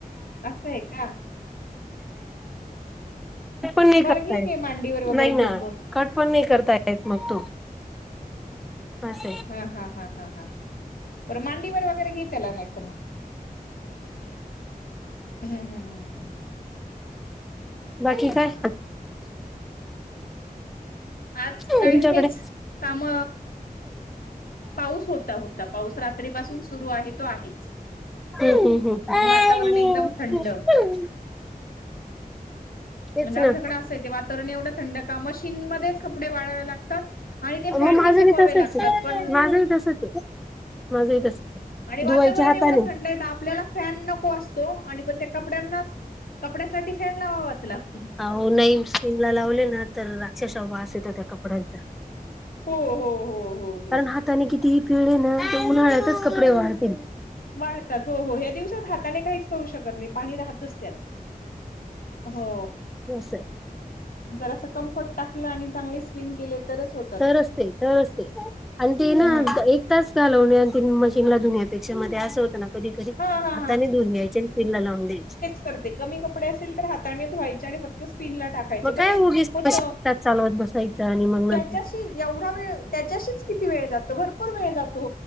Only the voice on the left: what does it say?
असय का.
बरं
घे
घे मांडीवर वगैरे
घेऊन
बोल
हा हा हा हा हा बर मांडीवर वगैरे घे त्याला नाही तर मग, हम् हम हम हम
हा.
आज
काही हेच काम. पाऊस होता, होता पाऊस रात्रीपासून सुरू आहे तो आहेच.
आणि वातावरण
एकदम थंड म्हणजे
म्हणजे
आमच्याकडें असंय ते वातावरण एवढं थंड का मशीनमध्येच कपडे वाळावे लागतात. आणि ते
फॅननी
सुकवावे
लागतात
पण
आणि वातावरण
एवढ थंड आहेेत तर आपल्याला फॅन नको असतो तो आणि पण त्या कपड्यांनाच कपड्यासाठी फॅन लावावाच लागतो.
हो हो हो हो हो.
वाळ ता त हो हो या्या दिवसात हाताने काहीच करू शकत नाही. पाणी राहतच त्यात हो,
जर असं कम्फर्ट टाकलं आणि चांगले स्पिन केले तरच होते.
हम्म
हा हा
सर् ते. कमी कपडे असेल तर हाताने धुवायचे आणि फक्त स्पिन ला टाक यचे. मग
ते
होत
त्याच्याशी
एवढा वेळ, त्याच्याशीच किती वेळ जातो भरपूर वेळ जातो